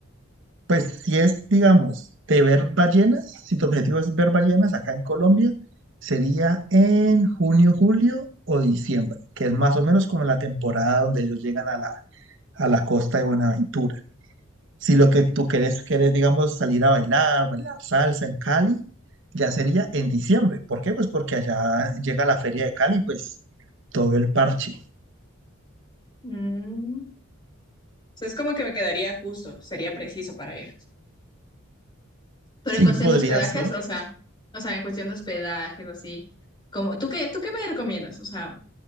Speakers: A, on the right; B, on the left.
A: Pues si es, digamos, de ver ballenas, si tu objetivo es ver ballenas acá en Colombia, sería en junio, julio o diciembre, que es más o menos como la temporada donde ellos llegan a la, a la costa de Buenaventura. Si lo que tú querés, querés, digamos, salir a bailar, bailar salsa en Cali, ya sería en diciembre. ¿Por qué? Pues porque allá llega la feria de Cali, pues todo el parche.
B: Mm. O sea, es como que me quedaría justo, sería preciso para ir. Pero
A: Sí,
B: en cuestión
A: podría
B: de hospedajes,
A: ser.
B: o sea, o sea, en cuestión de hospedajes, así, como, ¿tú qué, tú qué me recomiendas? O sea,